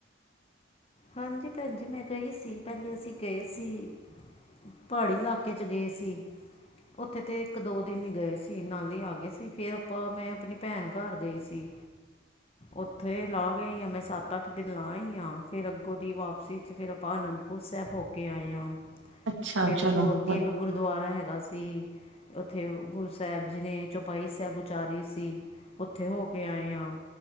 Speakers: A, on the left; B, on the right.
A: ਹਾਂਜੀ ਭੈਣ ਜੀ, ਮੈਂ ਗਈ ਸੀ ਪਹਿਲੇ ਅਸੀਂ ਗਏ ਸੀ। ਪਹਾੜੀ ਇਲਾਕੇ ਚ ਗਏ ਸੀ। ਉੱਥੇ ਤੇ ਇੱਕ ਦੋ ਦਿਨ ਗਏ ਸੀ। ਨਾਲੇ ਆ ਗਏ ਸੀ ਫੇਿਰ ਆਪਾਂ ਮੈਂ ਆਪਣੀ ਭੈਣ ਘਰ ਗਈ ਸੀ।
B: <unintelligible>
A: ਉੱਥੇ ਲਾਹ ਆਈ ਆ। ਮੈਂ ਸੱਤ -ਅੱਠ ਦਿਨ ਲਾਹ ਆਾਂਈ ਆ। ਫਿਰ ਅੱਗੋਂ ਦੀ ਵਾਪਸੀ 'ਚ ਫਿਰ ਆਪਾਂ ਅਨੰਦਪੁਰ ਸਾਹਿਬ ਹੋ ਕੇ ਆਏ ਹਾਂ
B: ਅੱਛਾ
A: ਫੇਿਰ
B: ਚਲੋ
A: ਉਸ ਤੋਂ ਅੱਗੇ
B: ਵ
A: ਇੱਕ ਗੁਰਦੁਆਰਾ ਹੈਗਾ ਸੀ ਉੱਥੇ ਗੁਰੂ ਸਾਹਿਬ ਜੀ ਨੇ ਚੌਪਾਈ ਸਾਹਿਬ ਉਚਾਰੀ ਸੀ ਉੱਥੇ ਹੋ ਕੇ ਆਏ ਆ